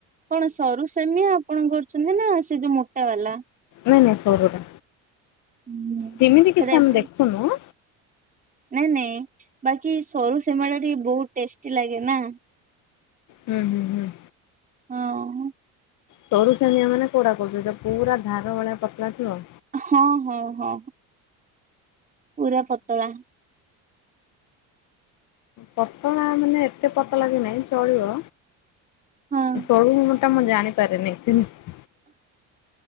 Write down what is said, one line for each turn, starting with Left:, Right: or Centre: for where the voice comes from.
Right: କଣ ସରୁ ସେମି ଆପଣ କରୁଚନ୍ତି ନା ସେ ଯୋଉ ମୋଟା ବାଲା?
Left: ନାଇଁ ନାଇଁ ସରୁଟା
Right: ହୁଁ
Left: ସେମିତି
Right: ସେଟା
Left: କିଛି
Right: ଆକ୍ଚୁଆଲି
Left: ଆମେ ଦେଖୁନୁ
Right: ନାଇଁ ନାଇଁ ବାକି ସରୁ ସେମେଇ ଟା ଟିକେ ବହୁତ ଟେଷ୍ଟି ଲାଗେ ନା
Left: ହୁଁ ହୁଁ ହୁଁ।
Right: ହଁ।
Left: ସରୁସାନିଆ ମାନେ କୋଉଟା କହୁଛନ୍ତି ଯୋଉ ପୁରା ଧାର ଭଳିଆ ପତଲା ଥିବ?
Right: ହଁ ହଁ ହଁ। ପୁରା ପତଳା।
Left: ପତଳା ମାନେ ଏତେ ପତଳା ବି ନାହିଁ ଚଳିବ
Right: ହଁ।
Left: ସରୁ ମତେ ଟା ମୁଁ ଜାଣିପାରେନି ଚି଼ହ୍ନ